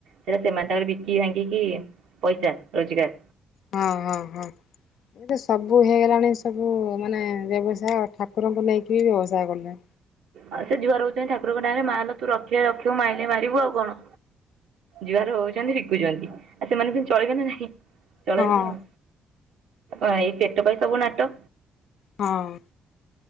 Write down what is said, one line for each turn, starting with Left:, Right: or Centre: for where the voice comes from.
Right: ସେଇଟା ସେମାନେ ତାଙ୍କରେ ବିକି ଭାଙ୍ଗିକି ପଇସା ରୋଜଗାର।
Left: ହଁ ହଁ ହଁ। ଏ ତ ସବୁ ହେଇଗଲାଣି ସବୁ ମାନେ ବ୍ୟବସାୟ ଆଉ ଠାକୁରଙ୍କୁ ନେଇକି ବି ବ୍ୟବସାୟ କଲେଣି।
Right: ଆଉ ସେ ଝୁଆର ହଉଛନ୍ତି ଠାକୁରଙ୍କ ନାଁରେ ମା ଲୋ ତୁ ରକଖିଲେ ରଖ ତୁ ମାଇଲେ ମାରିବୁ ଆଉ କଣ ଜୁଆର ହଉଛନ୍ତି ସେ ଆଉ ସେମାନେ ପୁଣି ଚଳିଇବେ ନା ନାଇଁ ଚଳେଇବେ
Left: ହଁ ହଁ
Right: ଆଉ। ଆଇ ଏଇ ପେଟ ପାଇଁ ସବୁ ନାଟ।
Left: ହଁ।